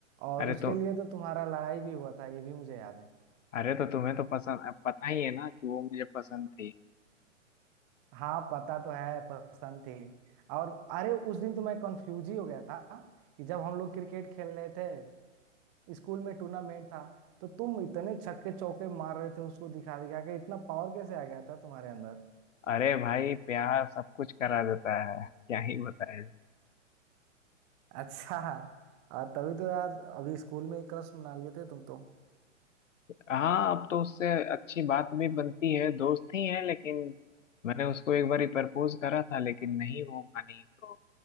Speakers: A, on the right; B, on the left.
A: और
B: अरे
A: उसके
B: तो
A: लिए तो तुम्हारा लड़ाई भी हुआ था ये भी मुझे याद है
B: अरे तो तुम्हें तो पसंद अ, पता ही है ना कि वो मुझे पसंद थी
A: हाँ पता तो है पसंद थी और अरे उस दिन तो मैं कंफ्यूज ही हो गया था कि जब हम लोग क्रिकेट खेल रहे थे स्कूल में टूर्नामेंट था तो तुम इतने छक्के चौके मार रहे थे उसको दिखा दिखा के इतना पावर कैसे आ गया था तुम्हारे अंदर
B: अरे भाई प्यार सब कुछ करा देता है क्या ही बताया जाए
A: अच्छा आ, तभी तो यार अभी स्कूल में ही क्रश मना लिए थे तुम तो
B: हाँ अब तो उससे अच्छी बात भी बनती है दोस्त ही है लेकिन मैंने उसको एक बार प्रपोज करा था लेकिन नहीं वो मानी तो